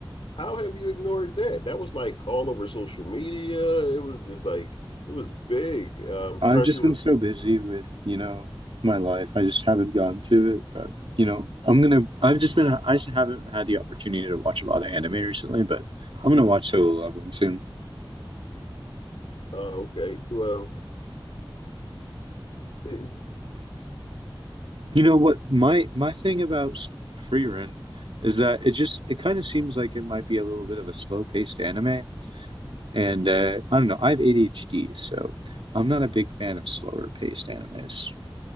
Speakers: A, on the left; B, on the right.
A: How have you ignored that? That was like all over social media. It was just like it was big. Um,
B: I've
A: Crunchy.
B: just been so busy with, you know, my life. I just haven't gotten to it, but you know, I'm gonna. I've just been. I just haven't had the opportunity to watch a lot of anime recently, but I'm gonna watch solo leveling soon.
A: Uh, okay. Well, it,
B: You know what my my thing about s- Free Run is that it just it kind of seems like it might be a little bit of a slow-paced anime. And uh, I don't know, I have ADHD, so I'm not a big fan of slower paced animes.